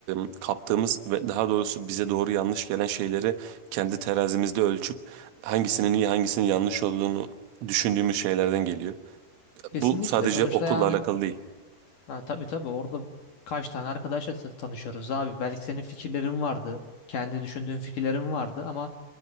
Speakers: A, on the right; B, on the left.
A: e, kaptığımız ve daha doğrusu bize doğru yanlış gelen şeyleri kendi terazimizde ölçüp hangisinin iyi hangisinin yanlış olduğunu düşündüğümüz şeylerden geliyor. Bu
B: Kesinlikle.
A: sadece
B: Sonuçta
A: okulla
B: yani
A: alakalı değil.
B: ha, tabii tabii orada kaç tane arkadaşla ta- tanışıyoruz abi. Belki senin fikirlerin vardı. Kendi düşündüğün fikirlerin vardı ama